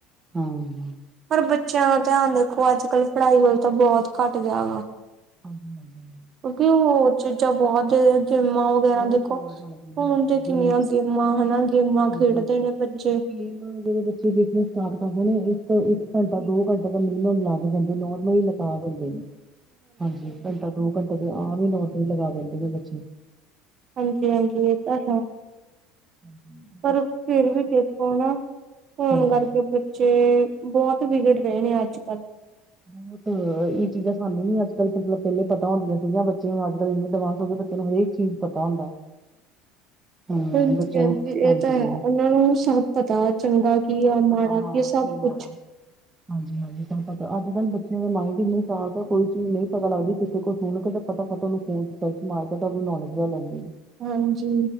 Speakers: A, on the right; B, on the right.
A: ਹਾਂ ਹ
B: ਪਰ ਬੱਚਿਆਂ ਦਾ ਧਿਆਨ ਦੇਖੋ ਅੱਜ ਕੱਲ੍ਹ ਪੜ੍ਹਾਈ ਵੱਲ ਤਾਂ ਬਹੁਤ ਘੱਟ ਗਿਆ ਵਾ
A: ਹਾਂਜੀ ਹਾਂਜੀ
B: ਕਿਉਂਕਿ ਹੋਰ ਚੀਜ਼ਾਂ ਬਹੁਤ ਗੇਮਾਂ ਵਗੈਰਾ
A: ਬਹੁਤ
B: ਦੇਖੋ
A: ਹਾਂਜੀ
B: ਹੁਨ
A: ਹਾਂ
B: ਤੇ ਕਿੰਨੀਆਂ
A: ਗੇਮਸ
B: ਗੇਮਾਂ ਹਨਾ ਗੇਮਾਂ
A: ਹਾਂਜੀ
B: ਖੇਡਦੇ
A: ਹਾਂਜੀ
B: ਨੇ
A: ਗੇਮ
B: ਬੱਚੇ
A: ਜਦੋਂ ਬੱਚੇ ਦੇਖਣੇ ਸਟਾਰਟ ਕਰਦੇ ਨੇ ਇੱਕ ਇੱਕ ਘੰਟਾ ਦੋ ਘੰਟਾ ਤਾਂ ਮਿਨੀਮਮ ਲੱਗ ਜਾਂਦੇ ਨੋਰਮਲ ਹੀ ਲਗਾ ਦਿੰਦੇ ਨੇ ਹਾਂਜੀ ਘੰਟਾ ਦੋ ਘੰਟਾ ਤੇ ਆਮ ਹੀ ਨੋਰਮਲ ਲਗਾ ਦਿੰਦੇ ਨੇ ਬੱਚੇ
B: ਹਾਂਜੀ ਹਾਂਜੀ ਇਹ ਤਾਂ ਹੈ
A: ਹਾਂ ਹ <unintelligible>
B: ਪਰ ਫੇਰ ਵੀ ਦੇਖੋ ਨਾ ਫੋਨ
A: ਹਾਂਜੀ
B: ਕਰਕੇ ਬੱਚੇ ਬਹੁਤ ਵਿਗੜ ਗਏ ਨੇ ਅੱਜ ਕੱਲ
A: ਬਹੁਤ ਇਹ ਚੀਜ਼ਾਂ ਸਾਨੂੰ ਨੀ ਅੱਜ ਕੱਲ ਮਤਲਬ ਪਹਿਲੇ ਪਤਾ ਹੁੰਦੀਆਂ ਸੀਗੀਆਂ ਬੱਚਿਆਂ ਨੂੰ ਅੱਜ ਕੱਲ ਇੰਨੇ ਅਡਵਾਂਸ ਹੋ ਗਏ ਬ ਤੈਨੂੰ ਹਰੇਕ ਚੀਜ਼ ਪਤਾ ਹੁੰਦਾ ਹਮ
B: ਹਾਂਜੀ
A: ਬੱਚਿਆਂ ਨੂੰ
B: ਇਹ
A: ਹਾਂਜੀ
B: ਤਾਂ ਹੈ ਹੁਨ ਉਹਨਾਂ ਨੂੰ ਸਭ ਪਤਾ ਚੰਗਾ ਕੀ
A: ਸਭ
B: ਆ
A: ਪਤਾ
B: ਮਾੜਾ
A: ਹਾਂ
B: ਕੀ ਆ ਸਭ
A: ਮਾੜਾ
B: ਕੁਛ
A: ਹਾਂਜੀ ਹਾਂਜੀ ਤੁਹਾਨੂੰ ਪਤਾ ਅੱਜ ਕੱਲ੍ਹ ਬੱਚਿਆਂ ਦੇ ਮਾਇੰਡ ਇੰਨੀੇ ਸ਼ਆਰਪ ਆ ਕੋਈ ਚੀਜ਼ ਨਹੀਂ ਪਤਾ ਲੱਗਦੀ ਕਿਸੇ ਕੋਲ ਸੁਣ ਕੇ ਤਾਂ ਪਤਾ ਤੁਹਾਨੂੰ ਫੋਨ ਤੇ ਮਾਰ ਕੇ ਉਹਦੀ ਨੌਲੇਜ ਲੈ ਲੈਂਦੇ ਆ
B: ਹਾਂਜੀ